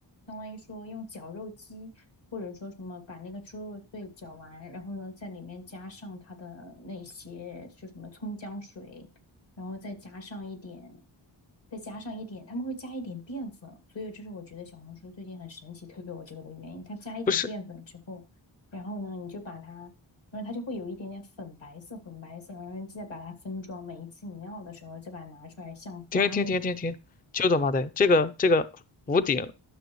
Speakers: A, on the left; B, on the left.
A: 当于说用绞肉机，或者说什么把那个猪肉碎绞完，然后呢在里面加上它的那些就什么葱姜水，然后再加上一点，再加上一点，他们会加一点淀粉，所以这是我觉得小红书最近很神奇推给我这个的原因，它加一点淀粉之后，
B: 不是，
A: 然后呢你就把它。然后它就会有一点点粉白色、粉白色，然后再把它分装。每一次你要的时候，再把它拿出来，像刮那个
B: 停停停停停，就他妈的这个这个福鼎